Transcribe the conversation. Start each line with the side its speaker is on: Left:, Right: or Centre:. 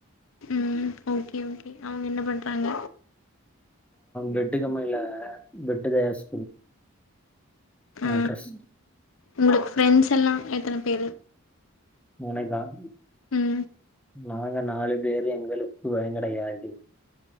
Left: ம் ஓகே ஓகே அவங்க என்ன பண்றாங்க
Centre: பெட்டு கம்மனில பெட்டு தயாரிச்
Left: ஆ
Centre: <unintelligible> அட்ரஸ்
Left: உங்களுக்கு ஃப்ரெண்ட்ஸ் எல்லா எத்தன பேரு
Centre: மூணேதான் <unintelligible>
Left: ம்
Centre: நாங்க நாலு பேரு எங்களுக்கு பயங் கிடயாது